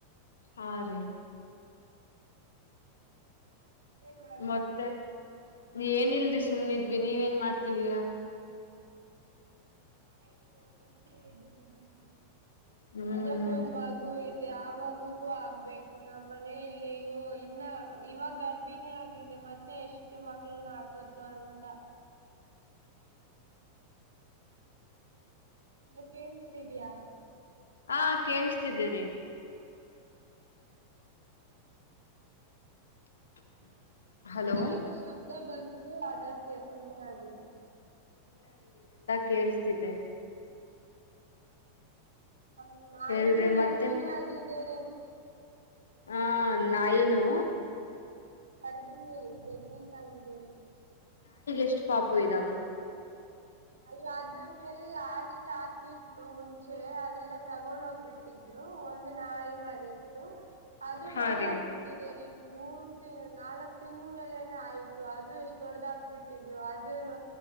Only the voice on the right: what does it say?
ಏನು ಮಾಡ್ತಿದ್ದೀರಾ
<unintelligible> ನೋಡ್ಕೊಂತ ಇದಿನ್ರಿ
ಅದಕ್ಕೊಂದ್ ಮಗು ಇದೆ ಆ ಮಗುಗೂ ಆಗ್ಬೇಕ್ ನಮ್ಮನೆ ಇಲ್ಲಿಯೋ ಇನ್ನ ಇವಾಗ್ ಗರ್ಭಿಣಿ ಆಗಿದೆ ಮತ್ತೆ ಎಷ್ಟು ಮಕ್ಳನ್ನ ಹಾಕ ಅಂತ ಹಾಲೋ ಕೇಳ್ಸ್ತಿದಿಯಾ?
ಅಂದೆ
ಏನು ಶಬ್ದ ಬಂತು ಅದಕ್ಕೆ ಸುಮ್ಮನೆ ಆದೇ ರೀ
ಹ ನಾಯಿನು
ಗರ್ಭಿಣಿ
ಆಗಿದ್ದೇರಿ
ಗರ್ಭಿಣಿ ಪ್ರೆಗ್ನೆಂಟ್ ಆಗಿದ್ಗೇರಿ
ಅಯ್ಯೋ ಅದಕ್ಕೆಲ್ಲ ಲಾಸ್ ಹಾಕಿತ್ತು ಮುಂಚೆ ಅದೆಲ್ಲ ತಗೊಂಡ್ ಹೋಗ್ಬಿಟ್ಟಿದ್ರು ಒಂದ್ ನಾಯಿ ಮರಿ ಅದು
ದೊಡ್ಡದಾಗ
ಬಿಟ್ಟಿದೆೇರಿ ಮೂರ್ ತಿಂಗ ನಾಲ್ಕ್ ತಿಂಗ್ ಮೇಲೆನೆ ಆಯ್ತು ಅದು ಎಷ್ಟ್ ದೊಡ್ಡದ ಹಾಕ್ ಬಿಟ್ಟಿದೀವು ಅದರ